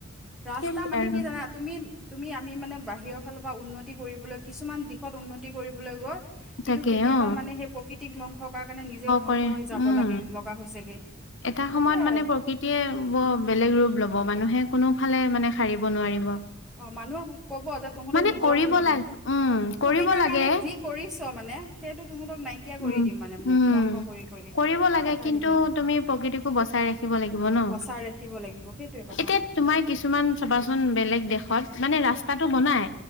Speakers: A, in the centre; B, on the left.
A: ৰাস্তা
B: সেইবোৰে
A: মানে
B: আৰু
A: কি জানা তুমি তুমি আমি মানে, বাহিৰৰ ফালৰ পৰা উন্নতি কৰিবলৈ কিছুমান দিশত উন্নতি কৰিবলৈ গৈ
B: তাকে
A: কিন্তু কেতিয়াবা
B: অ
A: মানে, সেই প্ৰকৃতিক ধ্বংস কাৰ কাৰণে নিজেও ধ্বংস
B: কৰে
A: হৈ যাব
B: উম
A: লাগে লগা হৈছেগে
B: এটা সময়ত
A: সেইয়াই
B: মানে, প্ৰকৃতিয়ে ব বেলেগ ৰূপ ল'ব মানুহে কোনোফালে মানে সাৰিব নোৱাৰিব।
A: অ', মানুহ ক'ব যে তহঁতে
B: মানে
A: নিজৰ
B: কৰিব
A: উন্ন
B: লাগে উম কৰিব
A: সুবিধাৰ
B: লাগে
A: কাৰণে যি কৰিছ মানে সেইটো তহঁতক নাইকিয়া কৰি
B: উম
A: দিম মানে, মোক
B: উম
A: ধ্বংস কৰি কৰি
B: কৰিব
A: সেনেকুৱা
B: লাগে
A: কথা
B: কিন্তু
A: আহি যায়।
B: তুমি প্ৰকৃতিকো বচাই ৰাখিব লাগিব ন
A: বচাই ৰাখিব লাগিব সেইটোয়ে কথা
B: এতিয়া তোমাৰ কিছুমান চাবাচোন বেলেগ দেশত মানে ৰাস্তাটো বনাই